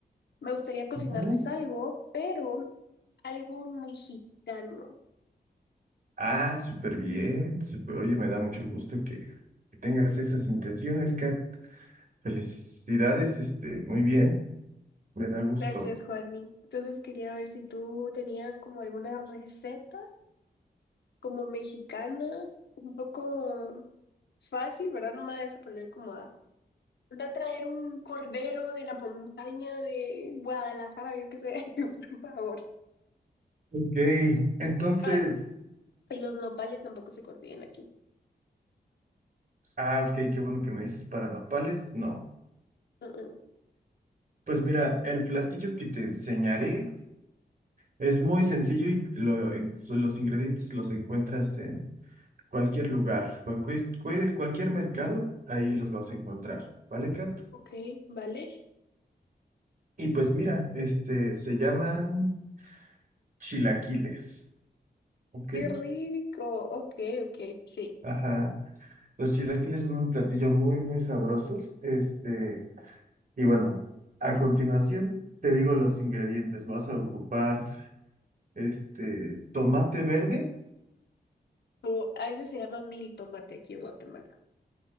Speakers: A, on the left; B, on the right.
A: me gustaría cocinarles
B: ujú.
A: algo, pero algo mexicano.
B: Ah, súper bien. súper- Oye, me da mucho gusto que, que tengas esas intenciones, Kat. Felicidades, este, muy bien. Me da gusto.
A: Gracias, Juani. Entonces quería ver si tú tenías como alguna receta como mexicana, un poco fácil, ¿verdad? No me vayas a poner como a, anda a traer un cordero de la montaña de Guadalajara, yo qué sé, <laughs> por favor.
B: Ok, entonces.
A: Ah, y los nopales tampoco se consiguen aquí.
B: Ah, ok, qué bueno que me dices para nopales. No.
A: Uh-uh.
B: Pues mira, el platillo que te enseñaré es muy sencillo y lo- en- los ingredientes los encuentras cualquier lugar, cual- cual- cual- cualquier mercado, ahí los vas a encontrar, ¿vale, Kat?
A: Ok, vale.
B: Y pues mira, este, se llaman chilaquiles, ¿ok?
A: Qué rico. Ok, ok, sí.
B: Ajá. Los chilaquiles son un platillo muy, muy sabroso. Este, y bueno, a continuación te digo los ingredientes. Vas a ocupar, este, tomate verde.
A: O, a veces se llama mil tomate aquí en Guatemala.